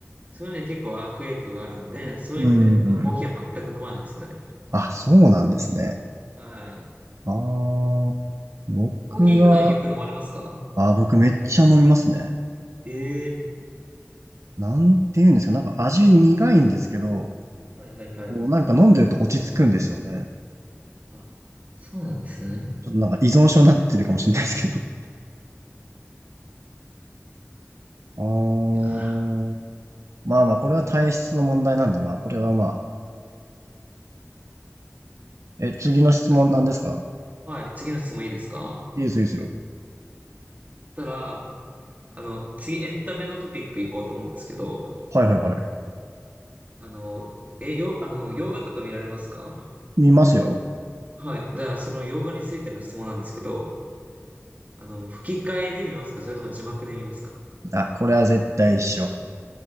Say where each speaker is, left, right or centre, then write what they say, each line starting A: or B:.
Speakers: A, on the right (about 35°); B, on the right (about 80°).
A: そういう意味で結構悪影響があるんで、そういう意味でもうコーヒーは全く飲まないですね。
B: うーん。あ、そうなんですね。
A: はい。
B: ああ、僕は、
A: コーヒー普段よく飲まれますか
B: あー、僕めっちゃ飲みますね。
A: ええ
B: なんて言うんですか、なんか味苦いんですけど、
A: はいはいはい。
B: もうなんか飲んでると落ち着くんですよね。
A: あ、そうなんですね。
B: ちょっとなんか依存症になってるかもしれないですけど。あー、
A: いやー、
B: まあまあ、これは体質の問題なんで、まあ、これはまあ。え、次の質問なんですか
A: 確かに。はい、次の質問いいですか
B: いいです、いいですよ。
A: そしたら、あの、次エンタメのトピック行こうと思うんですけど、
B: はいはいはい。
A: あの、え、よ、あの、洋画とか見られますか
B: 見ますよ。
A: はい。じゃあ、その洋画についての質問なんですけど、あの、吹き替えで見ますかそれとも字幕で見ますか
B: あ、これは絶対一緒。